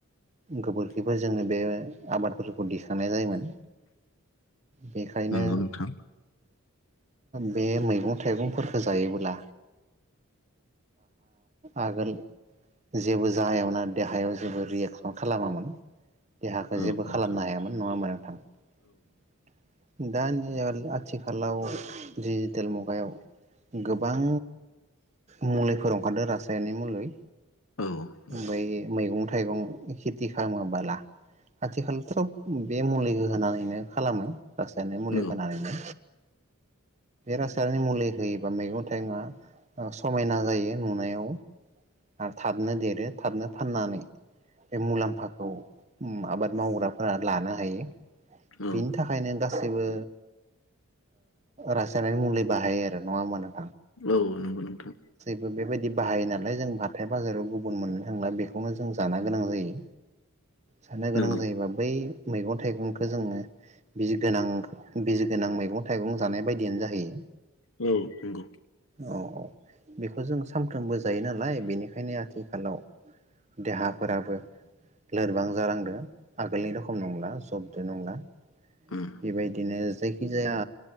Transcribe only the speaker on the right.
गोबोरखिफोरजोंनो बे आबादफोरखौ दिखांनाय जायोमोन। बेखायनो।
बे मैगं। मगं थाइगंफोरखौ जायोब्ला आगोल जेबो जाहायावना देहायाव जेबो रियेकसन खालामामोन <unintelligible> देहाखौ
जेबो
खालामनो हायामोन नङा होमब्ला नोंथां।। दानिया आथिखालाव डिजिटेल मुगायाव। गोबां मुलिफोर ओंखारदों रासायनारि मुलि।
ओफ्राय मैगं। थाइगं खेथि खालामोबोला आथिखालावथ' बे मुलि होनानैनो खालामो। रासायनारिक मुलि
होनानैनो। बेे रासायनारिक मुलि। होयोबा मैगं थाइगंआ समायना जायो नुनायाव आरो थाबनो देरो थाबनो फाननानै बे मुलाम्फाखौ आबाद मावग्राफोरा लानो हायो।
बिनि थाखायनो। गासैबो रासायनारि मुलि बाहायो आरो नङा होमब्ला।
बेबायदि बाहायो नालाय जों हाथाय बाजाराव गुबुन मोननो थांला बेखौनो जों जानो गोनां जायो। साननो गोनां
जायोबा बै। मैगं थाइगं।। जोङो बिजि गोनां बिजि गोनां मैगं थाइगं जानाय बायदियनो जाहैयो।
औ औ बेखौ जों सानफ्रोमबो जायो नालाय बेनिखायनो आथिखालाव देहाफोराबो लोरबां जालांदों आगोलनि रोखोम नंला जब। जे नंला।
बेबायदिनो। जायखिजाया